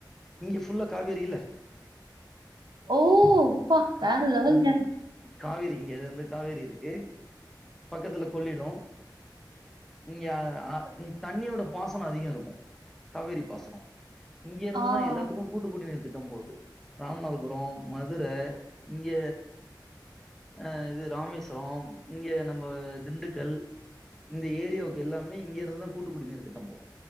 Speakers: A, in the centre; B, on the right.
A: இங்க ஃபுல்லா காவேரி இல்ல
B: ஓ ப்பா
A: கா-
B: வேற லெவல்ங்க
A: ம் காவேரி இங்கது வந்து காவேரி இருக்கு பக்கத்துல கொள்ளிடோ இங்க அ தண்ணியோட பாசனொ அதிகொ இருக்கு காவேரி பாசனொ இங்கெருந்துதா
B: ஆ.
A: எல்லாத்துக்கு கூட்டுக்குடி நீர் திட்டொ போது ராமநாதபுரோ மதுர இங்க அ இது ராமேஸ்வரோ இங்க நம்ப திண்டுக்கல் இந்த ஏரியாவுக்கு எல்லாமே இங்க இருந்துதா கூட்டுக்குடி நீர் திட்டொ போகு